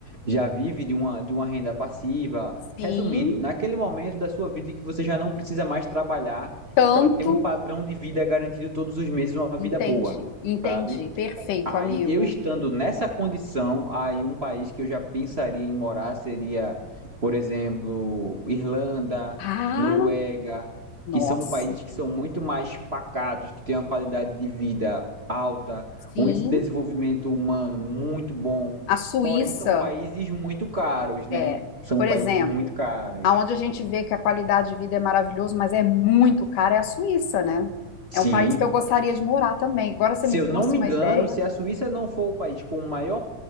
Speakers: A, on the right; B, on the left.
A: já vive de uma de uma renda passiva,
B: sim,
A: resumindo, naquele momento da sua vida que você já não precisa mais trabalhar
B: tanto.
A: para ter um padrão de vida garantido todos os meses, uma
B: Entendi,
A: vida boa
B: entendi.
A: sabe?
B: Perfeito,
A: Aí,
B: amigo.
A: eu estando nessa condição, aí um país que eu já pensaria em morar seria, por exemplo, Irlanda,
B: Ah,
A: Noruega,
B: nossa.
A: que são países que são muito mais pacatos, que têm uma qualidade de vida alta,
B: Sim,
A: um índice de desenvolvimento humano muito bom.
B: a Suíça
A: Porém, são países muito caros, né?
B: é,
A: São
B: por
A: países
B: exemplo,
A: muito caros.
B: aonde a gente vê que a qualidade de vida é maravilhosa, mas é muito cara, é a Suíça, né?
A: Sim.
B: É um país que eu gostaria de morar também. Agora você
A: Se
B: me
A: eu
B: trouxe
A: não me
B: uma
A: engano,
B: ideia.
A: se a Suíça não for o país com o maior